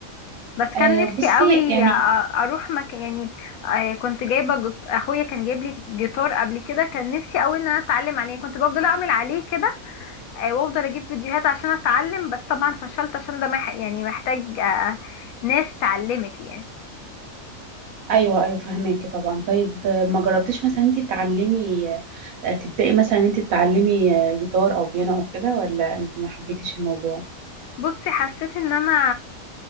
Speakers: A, on the left; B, on the right.
A: بس كان
B: آه
A: نفسي
B: بصي
A: قوي
B: يعني
A: أ- أروح مكان يعني آه، كنت جايبة جت- أخويا كان جايب لي جيتار قبل كده كان نفسي قوي إن أنا أتعلم عليه كنت بفضل أعمل عليه كده آه، وافضل اجيب فيديوهات عشان اتعلم بس طبعا فشلت عشان ده مح يعني محتاج آه، ناس تعلمك يعني
B: ايوه ايوه فهماكي طبعا طيب آه، ما جربتيش مثلا انت تتعلمي آه، تبداي مثلا انت تتعلمي آه، جيتار او بيانو او كده ولا انت ما حبيتيش الموضوع
A: بصي حسيت ان انا